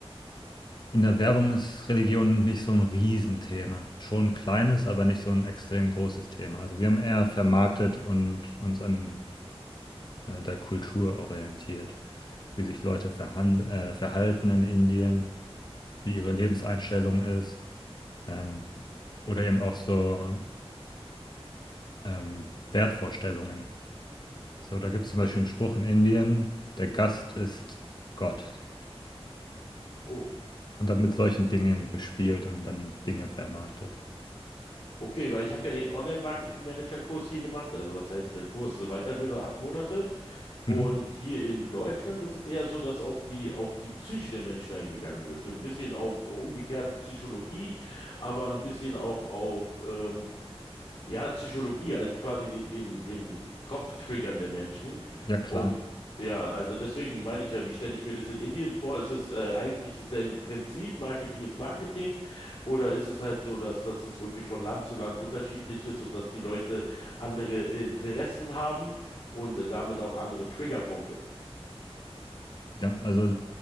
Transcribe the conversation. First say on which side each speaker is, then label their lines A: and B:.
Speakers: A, on the left (about 45°); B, on the left (about 60°).
A: in der Werbung ist Religion nicht so ein Riesenthema. Schon ein kleines, aber nicht so ein extrem großes Thema. Also wir haben eher vermarktet und uns an äh, der Kultur orientiert, wie sich Leute verhan äh, verhalten in Indien, wie ihre Lebenseinstellung ist, ähm, oder eben auch so ähm, Wertvorstellungen. So, da gibt es zum Beispiel einen Spruch in Indien, der Gast ist Gott.
B: Oh,
A: Und dann mit solchen Dingen eben gespielt und dann Dinge vermarktet.
B: okay, weil ich habe ja den Online-Marketing-Manager-Kurs hier gemacht. Also was heißt der Kurs? Eine Weiterbildung, acht Monate. Und
A: Mhm.
B: hier in Deutschland ist es eher so, dass auf die, auf die Psyche der Menschen eingegangen wird. So Ein bisschen auf umgekehrte Psychologie, aber ein bisschen auch auf, ähm, ja, Psychologie, als quasi den, den, den Kopf triggern der Menschen,
A: Ja, klar.
B: um, ja, also deswegen meine ich ja, wie stelle ich mir das in Indien vor? Ist es äh, eigentlich dasselbe Prinzip, Marketing ist Marketing, oder ist es halt so, dass, dass es wirklich von Land zu Land unterschiedlich ist und dass die Leute andere Interessen haben und äh, damit auch andere Triggerpunkte?
A: Ja, also